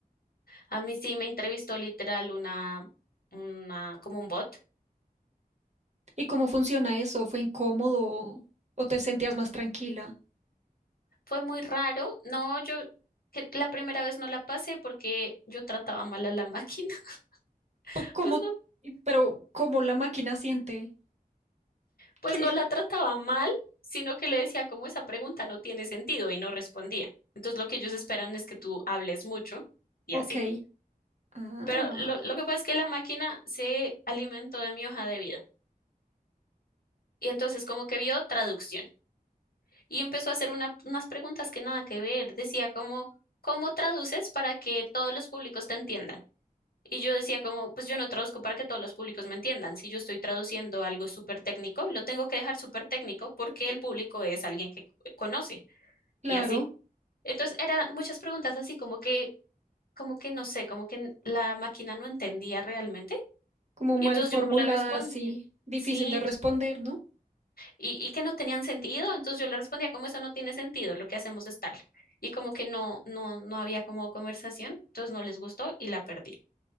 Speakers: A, on the left (about 80°); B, on the right (about 50°).
A: A mí sí me entrevistó literal una, una, como un bot.
B: ¿Y cómo funciona eso? ¿Fue incómodo o o te sentías más tranquila?
A: Fue muy raro. No, yo cre- la primera vez no la pasé porque yo trataba mal a la máquina. <laughs>
B: po- ¿Cómo?
A: Pues no
B: Pero ¿cómo la máquina siente?
A: pues
B: ¿Qué?
A: no la trataba mal, sino que le decía como esa pregunta no tiene sentido y no respondía. Entonces lo que ellos esperan es que tú hables mucho y
B: Ok.
A: así.
B: Ah,
A: Pero lo, lo que pasa es que la máquina se alimentó de mi hoja de vida y entonces como que vio traducción y empezó a hacer una- unas preguntas que nada que ver. Decía como, ¿cómo traduces para que todos los públicos te entiendan? Y yo decía como, pues yo no traduzco para que todos los públicos me entiendan. Si yo estoy traduciendo algo súper técnico, lo tengo que dejar súper técnico porque el público es alguien que conoce.
B: claro.
A: y así. Entonces eran muchas preguntas así como que, como que no sé, como que n- la máquina no entendía realmente
B: Como
A: y
B: mal
A: entonces
B: formulada,
A: yo no le respondía.
B: así, difícil
A: Sí,
B: de responder,
A: t-
B: ¿no?
A: y, y que no tenían sentido, entonces yo le respondía como eso no tiene sentido, lo que hacemos es tal. Y como que no, no, no había como conversación, entonces no les gustó y la perdí.